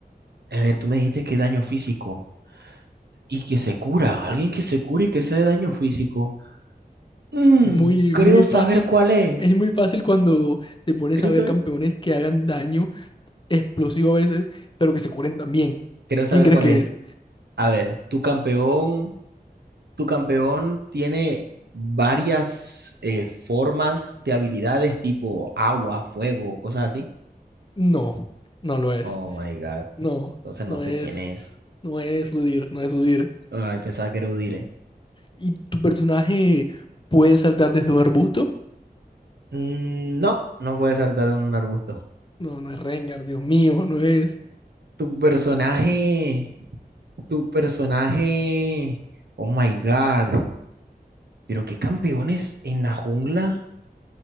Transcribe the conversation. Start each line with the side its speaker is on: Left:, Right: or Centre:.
Right: a ver, tú me dijiste que daño físico y que se cura, alguien que se cure y que sea de daño físico. Mm,
Left: Es muy,
Right: creo
Left: muy
Right: saber
Left: fácil.
Right: cuál es.
Left: Es muy fácil cuando te pones
Right: Creo
Left: a ver
Right: saber.
Left: campeones que hagan daño explosivo a veces, pero que se curen también.
Right: Creo saber
Left: ¿Quién crees
Right: cuál
Left: que
Right: es.
Left: es?
Right: A ver, tu campeón, tu campeón tiene varias eh, formas de habilidades tipo agua, fuego, cosas así.
Left: No, no lo es.
Right: Oh my God.
Left: No,
Right: Entonces no
Left: no
Right: sé
Left: es,
Right: quién es.
Left: no es Udyr, no es Udyr.
Right: Ay, pensaba que era Udire.
Left: ¿Y tu personaje puede saltar desde un arbusto?
Right: Mm, no, no puede saltar en un arbusto.
Left: No, no es Rengar, Dios mío, no es.
Right: Tu personaje. Tu personaje. Oh my God. Pero qué campeones en la jungla.